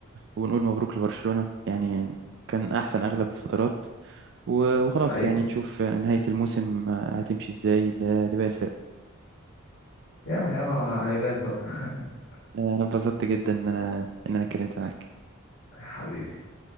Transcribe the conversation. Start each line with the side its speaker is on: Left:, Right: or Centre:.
Right: ونقول مبروك لبرشلونه يعني كان احسن اغلب الفترات و... وخلاص
Left: حقيقه
Right: يعني نشوف نهايه الموسم هتمشي ازاي ل- لباقي الفرق
Left: يعني اه هيبان بقى <laughs>
Right: انا اتبسطت جدا ان انا ان انا اتكلمت معاك
Left: حبيبي